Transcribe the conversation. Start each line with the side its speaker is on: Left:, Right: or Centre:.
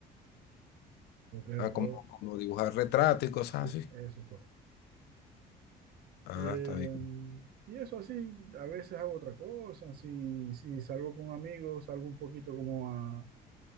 Right: Lo que es
Left: Ah,
Right: el rostro.
Left: como, como dibujar retratos y cosas
Right: Sí,
Left: así.
Right: eso es correcto.
Left: Ah,
Right: Eh,
Left: está bien.
Right: y eso así, a veces hago otra cosa. Si, si salgo con amigos, salgo un poquito como a,